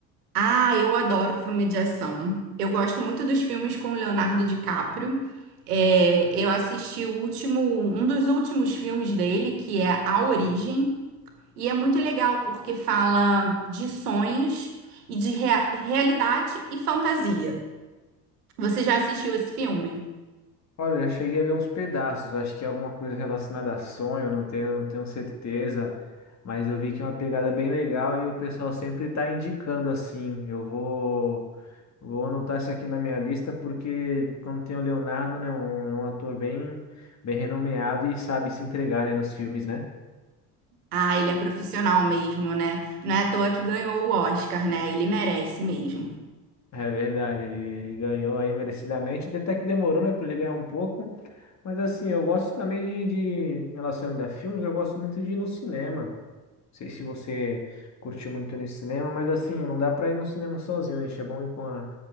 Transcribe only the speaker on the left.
Olha, eu cheguei a ver uns pedaços, acho que é alguma coisa relacionada a sonho, não tenho, não tenho certeza, mas eu vi que é uma pegada bem legal e o pessoal sempre tá indicando assim. Eu vou, vou anotar isso aqui na minha lista porque como tem o Leonardo, né, um, é um ator bem, bem renomeado e sabe se entregar, né, nos filmes, né?
É verdade, ele, ele ganhou aí merecidamente, até que demorou, né, pra ele ganhar um pouco, mas assim, eu gosto também de, de relacionado a filmes, eu gosto muito de ir no cinema. sei se você curtiu muito no cinema, mas assim, não dá pra ir no cinema sozinho, né? é bom ir com a,